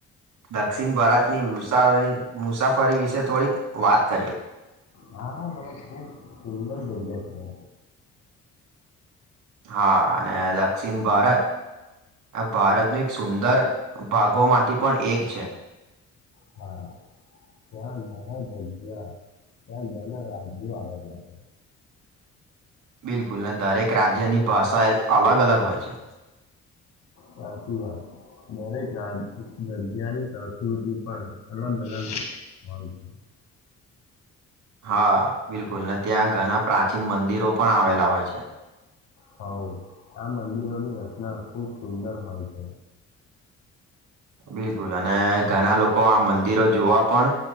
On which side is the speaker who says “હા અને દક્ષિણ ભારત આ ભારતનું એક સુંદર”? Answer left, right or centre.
Right